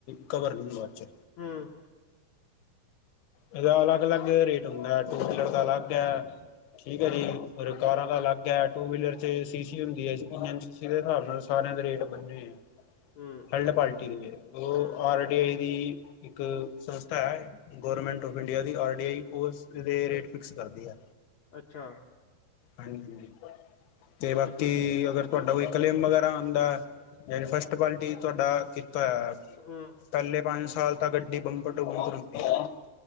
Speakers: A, on the left; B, on the left.
A: ਕਵਰ ਨਹੀਂ ਹੁੰਦਾ ਅੱਜ
B: ਹਮ
A: ਇਹਦਾ ਅਲੱਗ ਅਲੱਗ ਰੇਟ ਹੁੰਦਾ ਹੈ ਟੂ ਵੀਲਰ ਦਾ ਅਲੱਗ ਹੈ, ਠੀਕ ਹੈ ਜੀ ਰੁਕਾਰਾਂ
B: ਹੂੰ
A: ਦਾ ਲੱਗ ਹੈ ਟੂ ਵੀਲਰ ਚ ਸੀ ਸੀ ਹੁੰਦੀ ਐ, <unintelligible> ਇੰਜਨ ਸੀ ਸੀ ਦੇ ਹਿਸਾਬ ਨਾਲ ਸਾਰਿਆਂ ਦੇ ਰੇਟ ਬੰਨੇ ਹੋਏ ਐ।
B: ਹੂੰ
A: ਥਰਡ
B: ਅੱਛਾ
A: ਪਾਰਟੀਵੀ ਐ ਉਹ
B: ਹੂੰ
A: ਆਰ ਡੀ ਆਈ ਦੀ ਇੱਕ
B: ਹੂੰ,
A: ਸੰਸ ਤਾ ਏਹ ਗਵੌਰਮੈਂਟ ਔਫ ਇੰਡੀਆ ਦੀ ਆਰ ਡੀ ਆਈ ਉਸ ਦੇ ਰੇਟ ਫਿਕਸ ਕਰਦੀ ਐ।
B: ਅੱਛਾ
A: ਹਾਂਜੀ, ਤੇ ਬਾਕੀ ਅਗਰ ਤੁਹਾਡਾ ਕੋਈ ਕਲੇਮ ਵਗੈਰਾ ਆਉਂਦਾ ਯ ਫਸਟ ਕੁਆਲਿਟੀ ਤੁਹਾਡਾ ਤਾ
B: ਹੂੰ
A: ਪਹਿਲੇ ਪੰਜ ਸਾਲ ਤਾਂ ਗੱਡੀ ਬੰਪਰ ਟੂ ਬੰਪਰ ਹੁੰਦੀ ਹੈ